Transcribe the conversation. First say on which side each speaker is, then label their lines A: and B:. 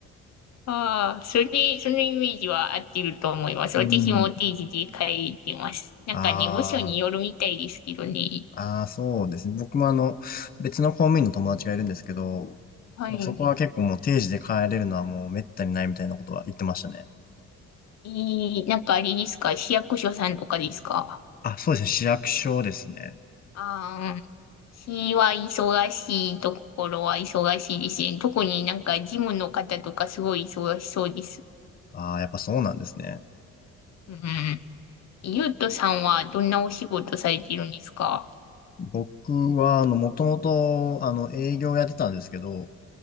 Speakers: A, on the left; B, on the left.
A: ああ、それ、そのイメージは合ってると思います。
B: うん。
A: 私もお定時で帰ってます。なんかね、
B: あ
A: 部署によるみたいですけどね。
B: あ、ああ、そうですね。僕もあの、別の公務員の友達がいるんですけど、
A: はい。
B: そこは結構もう定時で帰れるのはもう滅多にないみたいなことは言ってましたね。
A: いい、なんかあれですか、市役所さんとかですか。
B: あ、そうですね。市役所ですね。
A: ああ、市は忙しいところは忙しいですね。特になんか事務の方とかすごい忙しそうです。
B: ああ、やっぱそうなんですね。
A: うん。ゆうとさんはどんなお仕事されてるんですか
B: 僕は、あの、もともと、あの、営業やってたんですけど、